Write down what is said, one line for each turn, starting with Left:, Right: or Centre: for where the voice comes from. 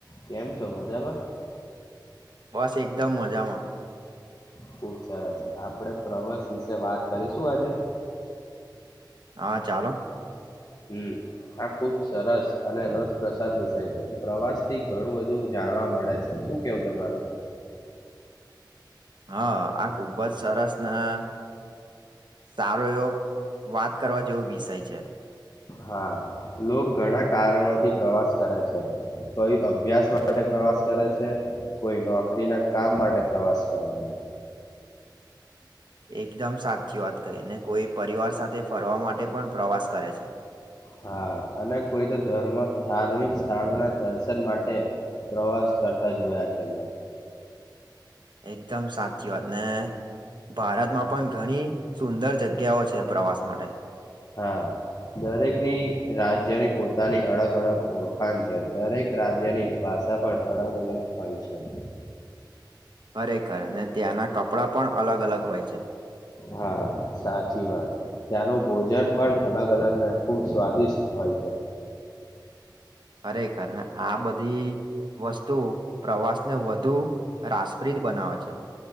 Left: કેમ છો મજામાં?
Right: બસ એકદમ મજામાં.
Left: ખુબ સરસ આપડે પ્રવાસ વિશે વાત કરીશું આજે.
Right: હા ચાલો.
Left: હું આ ખુબ સરસ અને રસપ્રસાદ વિષય છે પ્રવાસ થી ઘણું બધું જા જાણવા મળે છે શું કેવું તમારું?
Right: હા આ ખુબ જ સરસ ના સારો એવો વાત કરવા જેવો વિષય છે.
Left: હા લો ઘણા કારણોથી પ્રવાસ કરે છે. કોઈ અભ્યાસ માટે પ્રવાસ કરે છે. કોઈ નોકરી ના કામ માટે પ્રવાસ કરે છે.
Right: એકદમ સાચી વાત કહી ને કોઈ પરિવાર સાથે ફરવા માટે પણ પ્રવાસ કરે છે.
Left: હા અને કોઈ તો ધર્મ ધાર્મિક સ્થળો ના દર્શન માટે પ્રવાસ કરતા જોયા છે મેં.
Right: એકદમ સાચી વાત ને ભારતમાં પણ ઘણી સુંદર જગ્યાઓ છે પ્રવાસ માટે.
Left: હા દરેકની રાજ્યની પોતાની અડગ અળગ ઓળખાણ છે દરેક રાજ્યની ભાષા પણ અલગ અલગ હોય છે. મ.
Right: ખરેખર ને ત્યાંના કપડા પણ અલગ અલગ હોય છે.
Left: હા સાચી વાત ત્યાંનું ભોજન પણ અલગ અલગ ને ખુબ સ્વાદિષ્ટ હોય છે.
Right: ખરેખર ને આ બધી વસ્તુ પ્રવાસ ને વધુ રાસપ્રીત બનાવે છે